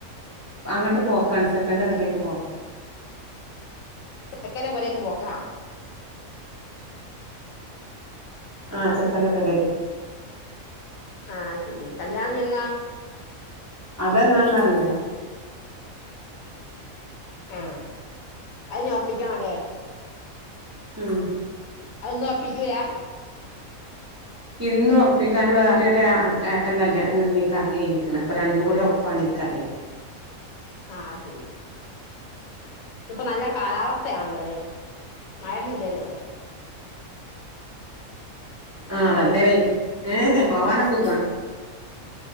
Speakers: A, on the right; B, on the left.
A: അങ്ങട്ട് പോക്കാണ് ചെക്കൻ്റെ പെരേക്ക് പോക്കാണ്
B: ചെക്കൻ്റെ പെരേക്ക് പോക്കാ
A: ആഹ് ചെക്കന്റെ പെരേ
B: ആഹ് ശരി കല്യാണം ഇനി എന്നാ
A: അതെന്നാണന്നറിയില്ല
B: ആഹ് അതിനി ഒറപ്പിക്കണം അല്ലേ
A: ഉം
B: അതിന്ന് ഒറപ്പിക്കൂല്ലാ
A: ഇന്ന് ഒറപ്പിക്കാന് വേറീയൊര് ആഹ് ഏട്ടൻ കല്യാണം നിക്കാഹ് കഴിഞ്ഞിക്ക്ണ് അപ്പൊ രണ്ടുംകൂടി ഒപ്പാണെയ്ക്കാരെയ്‌
B: ആഹ് ശെരി ഇന്നിപ്പൊ നല്ല കാലാവസ്ഥയാണല്ലോ അല്ലേ മഴയൊന്നു ഇല്ലല്ലോ
A: ആഹ് നല്ല വെയില് ഏഹ് പോവാനോ സുഗാ